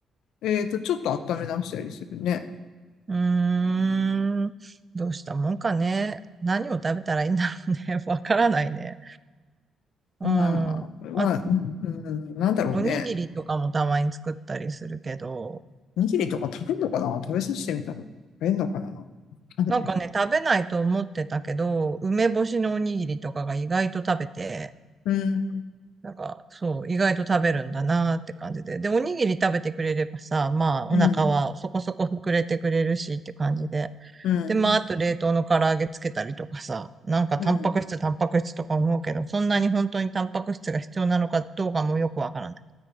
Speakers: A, on the left; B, on the right.
A: えっと、ちょっと温め直したりするね。
B: うーん。どうしたもんかね。何を食べたらいいんだろうね。<laughs> わからないね。
A: ま
B: うん。
A: あ、まあ、
B: あ、
A: うん、うんなんだろうね。
B: おにぎりとかもたまに作ったりするけど、
A: おにぎりとか食べるのかな食べさせてみたら食べるのかなわかんない。
B: なんかね、食べないと思ってたけど、梅干しのおにぎりとかが意外と食べて、
A: うん、
B: なんか、そう、意外と食べるんだなーって感じで。で、おにぎり食べてくれればさ、まあ、お腹はそこそこ膨れてくれるしって感じで。
A: うん、うん、
B: で、まあ、あと冷凍の唐揚げつけたりとかさ、なんかタンパク質、
A: うん。
B: タンパク質とか思うけど、そんなに本当にタンパク質が必要なのかどうかもよくわからない。